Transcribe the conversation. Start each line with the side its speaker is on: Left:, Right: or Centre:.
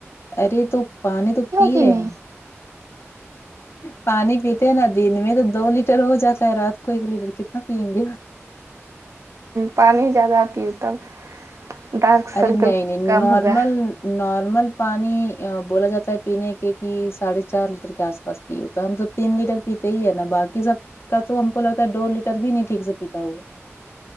Left: ارے تو پانی تو پی
Right: کہ
Left: رہے
Right: نہیں
Left: پانی پیتے ہیں نا دن میں تو دو لیٹر ہو جاتا ہے رات کو ایک لیٹر کتنا پییں گے
Right: پانی زیادہ پئے تب ڈارک
Left: ارے
Right: سرکل
Left: نہیں نہیں
Right: کم
Left: نارمل
Right: ہوگا
Left: نارمل پانی بولا جاتا ہے پینے کے کہ ساڑھے چار لیٹر کے آس پاس پستی ہو تو ہم تو تین لیٹر پیتے ہی ہے نا باقی سب کا تو ہم کو لگتا ہے دو لیٹر بھی نہیں ٹھیک سے پیتا ہوا